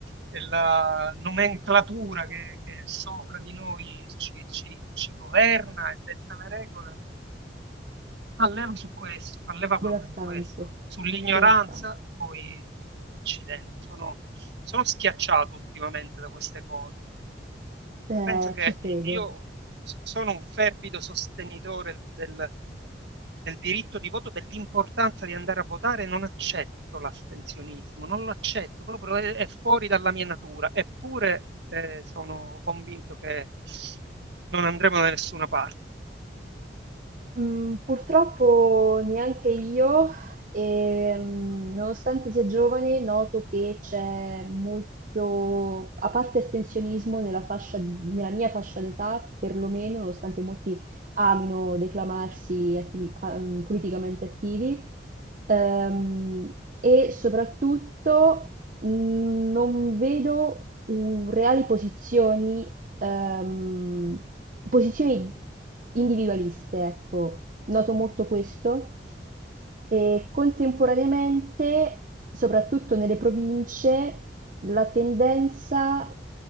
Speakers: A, on the right (about 70°); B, on the right (about 45°).
A: e la nomenclatura che, che sopra di noi ci, ci- ci governa e detta le regole, fa leva su questo, fa leva proprio
B: devastante,
A: su questo, sull'ignoranza,
B: devastante.
A: poi accidenti, sono, sono schiacciato ultimamente da queste cose.
B: Eh,
A: Penso che
B: ci credo.
A: io so- sono un fervido sostenitore del del diritto di voto, dell'importanza di andare a votare, non accetto l'astensionismo, non lo accetto, proprio è, è fuori dalla mia natura, eppure eh, sono convinto che non andremo da nessuna parte.
B: Mhmm, purtroppo neanche io, ehm, nonostante sia giovane, noto che c'è molto, a parte astensionismo nella fascia nella mia fascia d'età, perlomeno, nonostante molti amino declamarsi attivi a mhmm, politicamente attivi. Ehm, e soprattutto mh, non vedo u- reali posizioni, ehm, posizioni individualiste, ecco. Noto molto questo. E contemporaneamente, soprattutto nelle province, la tendenza